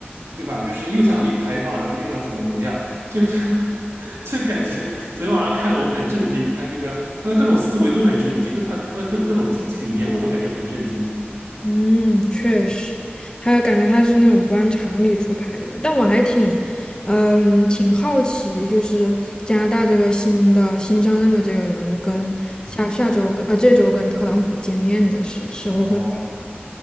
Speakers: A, on the right; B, on the left.
A: 对吧？就是又想立牌坊，然后又想怎么怎么样，就是 <laughs> 就感觉昨天晚上看的我很震惊，他这个他的各种思维都很震惊，各他他的各各种经济理念我都感觉很震惊。
B: 嗯，确实，还有感觉他是那种不按常理出牌的人，但我还挺，嗯，挺好奇，就是加拿大这个新的新上任的这个人跟下下周跟啊、
A: 嗯，
B: 这周跟特朗普见面的时时候会，
A: 哦，